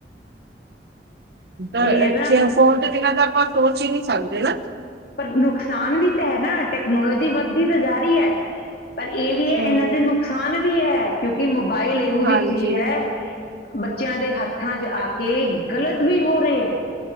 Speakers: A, on the right; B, on the left.
A: <unintelligible>
B: ਇਹ ਹੈ ਨਾ
A: ਫੋਨ ਤੇ ਜਗਾ ਤੇ ਆਪਾਂ ਸੋਚ ਈ ਨੀ ਸਕਦੇ ਨਾ।
B: ਪਰ ਨੁਕਸਾਨ ਵੀ ਤੇ ਹੈ ਨਾ ਟੈਕਨੋਲੋਜੀ ਵੱਧ ਦੀ ਤੇ ਜਾ ਰੀ ਐ ਪਰ ਐ ਵੀ ਐ
A: ਹੂੰ,
B: ਏਨਾਂ ਦੇ ਨੁਕਸਾਨ ਵੀ ਐ। ਕਿਉਂਕਿ ਮੋਬਾਈਲ ਇਹੋ
A: ਹਾਂਜੀ,
B: ਜੀ ਚੀਜ਼ ਐ ਬੱਚਿਆਂ ਦੇ ਹੱਥਾਂ 'ਚ ਆ ਕੇ ਗਲਤ ਵੀ ਹੋ ਰੇ ਐ।